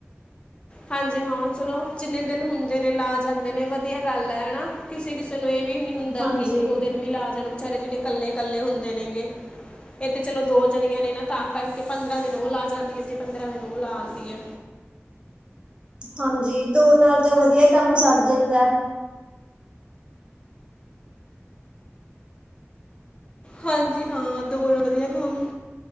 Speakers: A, on the left (about 20°); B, on the right (about 20°).
A: ਹਾਂਜੀ ਹਾਂ, ਚਲੋ ਜਿੰਨੇ ਦਿਨ ਹੁੰਦੇ ਨੇ ਲਾ ਜਾਂਦੇ ਨੇ ਵਧੀਆ ਗੱਲ ਐ ਹਨਾ। ਕਿਸੇ-ਕਿਸੇ ਨੂੰ ਇਹ ਵੀ ਨੀ ਹੁੰਦਾ
B: ਹਾਂਜੀ।
A: ਕਿ ਇੱਕ ਦੋ ਦਿਨ ਵੀ ਲਾ ਜਾਣ ਬਿਚਾਰੇ, ਜਿਹੜੇ ਇਕੱਲੇ ਕੱਲੇ ਹੁੰਦੇ ਨੇ ਗੇ। ਇਹ ਤੇ ਚਲੋਂ ਦੋ ਜਣੀਆਂ ਨੇ ਨਾ ਤਾਂ ਕਰਕੇ, ਪੰਦਰਾਂ ਦਿਨ ਉਹ ਲਾ ਜਾਂਦੀ ਐ ਤੇ ਪੰਦਰਾਂ ਦਿਨ ਉਹ ਲਾ ਆਂਦੀ ਐ।
B: ਹਾਂਜੀ, ਦੋ ਨਾਲ ਤਾਂ ਵਧੀਆ ਕੰਮ ਸਰ ਜਾਂਦਾ ਐ।
A: ਹਾਂਜੀ ਹਾਂ, ਦੋ ਨਾ ਵਧੀਆ ਕੰਮ